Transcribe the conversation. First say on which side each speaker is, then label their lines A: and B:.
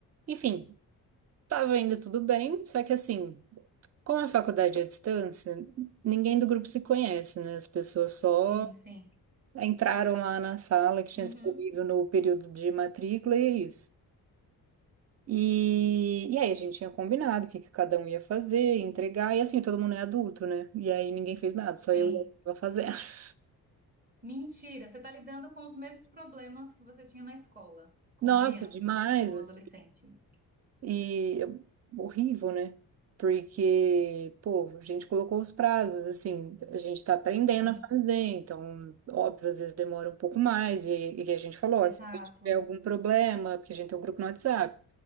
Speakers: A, on the right (about 40°); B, on the right (about 25°).
A: Enfim, tava indo tudo bem, só que assim. Como é a faculdade é à distância, ninguém do grupo se conhece, né? As pessoas só
B: Sim, sim.
A: entraram lá na sala que tinha
B: Uhum.
A: disponível no período de matrícula e é isso. E, e aí a gente tinha combinado o que, que cada um ia fazer, entregar, e assim, todo mundo é adulto, né? E aí ninguém fez nada, só
B: Sim.
A: eu e ela que tava fazendo. <laughs>
B: Mentira, você está lidando com os mesmos problemas que você tinha na escola, com
A: Nossa,
B: criança,
A: demais!
B: com
A: assim.
B: adolescente.
A: E é horrível, né? Porque, pô, a gente colocou os prazos, assim, a gente tá aprendendo
B: Sim,
A: a fazer, então, óbvio, às vezes demora um pouco mais, e, e a gente falou,
B: exato.
A: ó, se alguém tiver algum problema, porque a gente tem um grupo no WhatsApp,